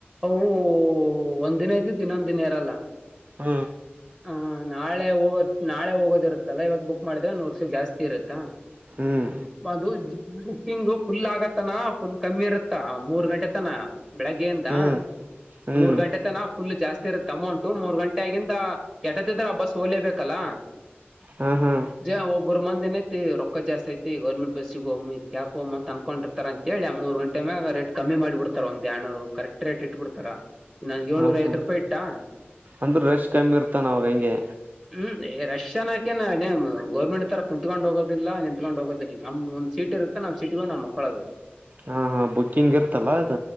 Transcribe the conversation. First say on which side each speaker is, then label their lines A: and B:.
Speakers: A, on the right; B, on the right.
A: ಅವು ಒಂದ ದಿನ ಇದ್ದಿದ ಇನೊಂದ್ ದಿನ ಇರಲ್ಲ
B: ಹ
A: ಹ ನಾಳೆ ಹೋಗದ ನಾಳೆ ಹೋಗೋದಿರತ್ತಲ್ಲ ಇವತ ಬುಕ್ ಮಾಡಿದ್ರೆ ನೂರು ರೂಪಾಯಿ ಜಾಸ್ತಿ ಇರುತ್ತಾ
B: ಹ್ಮ್
A: ಒಂದು <inaudible> ಬುಕ್ಕಿಂಗು ಫುಲ್ ಆಗತ್ತನ ಫುಲ್ ಕಮ್ಮಿ ಇರತ್ತ ಮೂರ್ ಗಂಟೆ ತನ ಬೆಳಗ್ಗೆ ಇಂದ
B: ಹ್ಮ್ ಹ್ಮ್
A: ಮೂರ್ ಗಂಟೆತನ ಫುಲ್ ಜಾಸ್ತಿ ಅಮೌಂಟು ಮೂರ್ ಗಂಟೆ ಆಗಿಂದ ಎಟತಿದ್ರು ಆ ಬಸ್ ಓಲೇಬೇಕಲ್ಲ
B: ಹಾ ಹಾ
A: ಜ ಒಬ್ರಮಂದಿ ನಿತ್ತ ರೊಕ್ಕ ಜಾಸ್ತಿಐತಿ ಗರ್ಮೆಂಟ್ ಬಸ್ಗಿ ಹೊಗಮ್ ಇದ ಹೋಗಮ್ಮ ಅಂತ್ತ ಅಂನಕೊಂಡಿರ್ತಾರ ಅಂತ ಹೇಳಿ ಆ ಮೂರು ಗಂಟೆ ಮಾಗ ರೇಟ್ ಕಮ್ಮಿ ಮಾಡಿಬಡ್ತ ಒಂದ್ಯಯಾಡ ನೂರ ಕರೆಕ್ಟ್ ರೇಟ್ ಇಟ್ಬಿಡ್ತಾರ ನಂಗೆ ಏಳ್ನೂರ
B: ಹಾ ಹಾ
A: ಐವತ್ ರೂಪಾಯಿ ಇಟ್ಟಾ
B: ಅಂದ್ರ ರಶ್ ಕಮ್ಮಿ ಇರ್ತಾನ ಅವಾಗ ಹಂಗೆ
A: ಹೂ ಏ ರಶ್ಯನ್ನಾಕ ಎನ ಅದೇನ ಗೊರ್ಮೆಂಟ್ ತರ ಕುಂತ್ಕೊಂಡ್ ಹೋಗೋದಿಲ್ಲ ನಿಂತ್ಕೊಂಡ್ ಹೋಗೋದಿಲ್ಲ ನಮ್ ಒಂದ ಸೀಟ್ ಇರುತ್ತೆ ನಮ್ಮಸಿಟಿಗೊಗಿ ನಾವು ಮಲ್ಕೊಲೋಡು
B: ಹಾ ಹಾ ಬುಕ್ಕಿಂಗ್ ಇರ್ತಲ್ಲಾ ಅದ